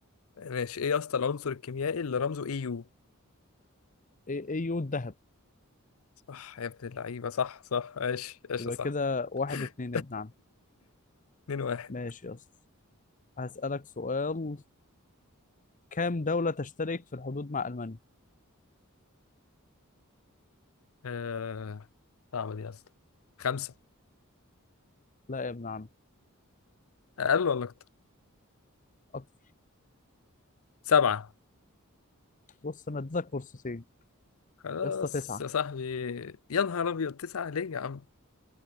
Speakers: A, on the left; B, on the left.
A: ماشي ايه يا اسطى العنصر الكيميائي اللي رمزه اي يو؟
B: ايه ايه يود دهب
A: صح يا ابن اللعيبة صح صح ايش ايش
B: يبقى
A: صح
B: كده واحد
A: <laughs>
B: اتنين يا ابن عم
A: اتنين واحد
B: ماشي يا اسطى هسألك سؤال كام دولة تشترك في الحدود مع ألمانيا
A: آه... صعبة دي أصلا خمسة
B: لا يا ابن عم
A: أقل ولا أكتر؟
B: أكتر.
A: سبعة
B: بص انا اديتك فرصتين
A: خلاص
B: يا اسطى تسعة
A: يا صاحبي يا نهار أبيض تسعة ليه يا عم؟